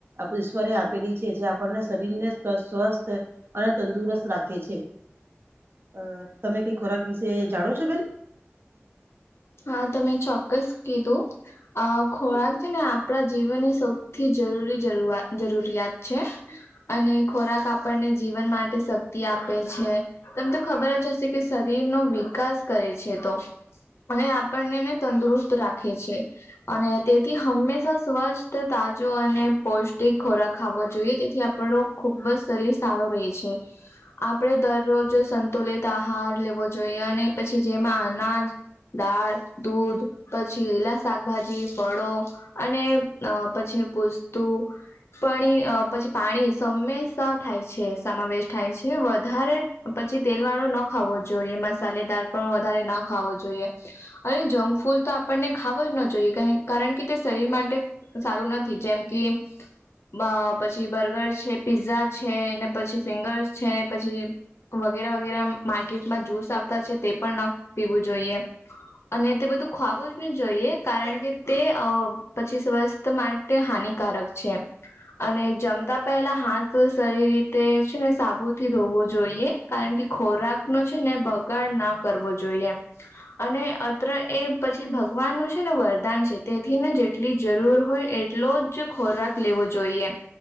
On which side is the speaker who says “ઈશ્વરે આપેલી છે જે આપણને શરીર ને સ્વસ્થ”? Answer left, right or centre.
Right